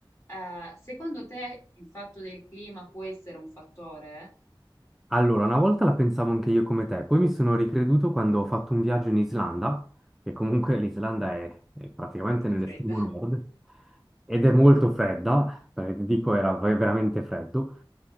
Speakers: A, on the left; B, in the centre.
A: Eh, secondo te il fatto del clima può essere un fattore?
B: Allora, una volta la pensavo anche io come te, poi mi sono ricreduto quando ho fatto un viaggio in Islanda, che comunque <laughs> l'Islanda è, è praticamente
A: È
B: nell'estremo
A: fredda.
B: nord ed è molto fredda, perché ti dico era ve- veramente freddo.